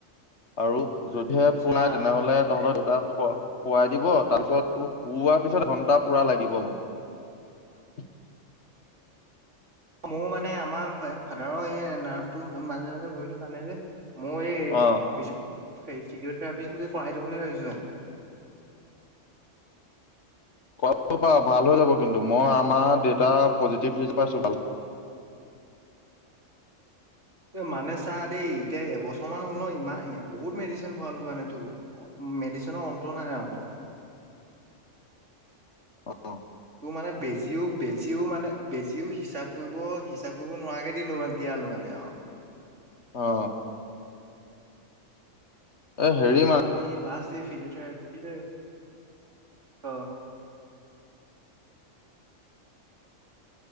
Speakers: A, on the left; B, on the right.
A: আৰু যদিহে
B: আচ্ছা
A: ফোন আহে তেনেহ'লে তহঁতৰ দুট <unintelligible> তা শুৱা শুৱাই দিব তাৰপিছত তোক শুওৱা পিছত ঘন্টাপুৰা লাগিব মানে।
B: মোৰ মানে আমাৰ ফা ফাদাৰৰ এ নাৰ্ভটো মাজে- মাজে ভৰিটো টানে যে। মোৰ এই
A: অ
B: পিছুহ্‌ সেই ফিজিঅথেৰাপি তোকে কৰাই দিওঁ বুলি ভাবিছো মানে।
A: কৰাব বাও ভাল হৈ যাব কিন্তু, মই আমাৰ দেতাৰ পজিটিভিজ পাইছো ভাল। <unintelligible>
B: এ মানে চা-দেই এতিয়া এবছৰমান হ'ল ন্‌ ইমা এ বহুত মেডিচিন খোৱালো মানেটো ওঁ মেডিচিনৰ অন্ত নাই আও
A: অ
B: তোৰ মানে বেজিও, বেজিও মানে, বেজিও হিচাপ কৰিব হিচাপ কৰিব নোৱাকে দিলো মা- দিয়ালো মানে আও।
A: অঁ এ হেৰি
B: এতিয়া মানে এই লাষ্ট ষ্টেফি ফিজথেৰাপিটো <unintelligible> অঁ